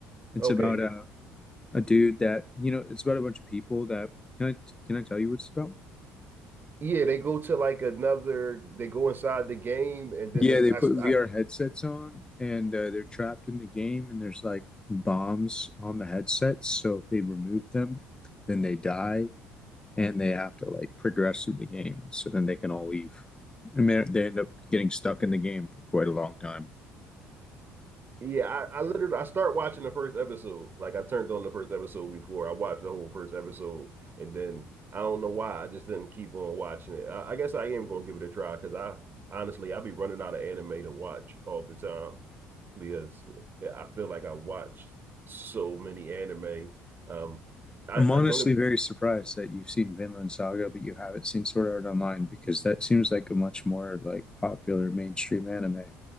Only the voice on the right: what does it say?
okay.
Yeah, they go to like another. They go inside the game, and then
they.
I,
I
Yeah, I, I literally I start watching the first episode. Like I turned on the first episode before I watched the whole first episode, and then I don't know why I just didn't keep on watching it. I, I guess I am gonna give it a try because I honestly I be running out of anime to watch all the time because yeah, I feel like I watched so many anime. Um, I,
I don't